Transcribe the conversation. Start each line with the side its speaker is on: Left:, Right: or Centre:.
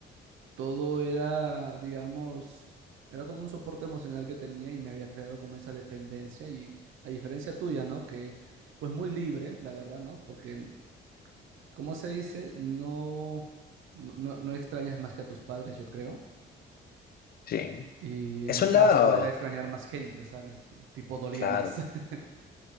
Right: todo era, digamos, era como un soporte emocional que tenía y me había creado como esa dependencia y a diferencia tuya, ¿no? Que pues muy libre, la verdad, ¿no? Porque, como se dice? No, no, no no extrañas más que a tus padres, yo creo.
Left: sí.
Right: Y
Left: Eso
Right: en mi caso
Left: es la...
Right: era extrañar más gente, ¿sabes? Tipo, dolía
Left: Claro.
Right: más. <laughs>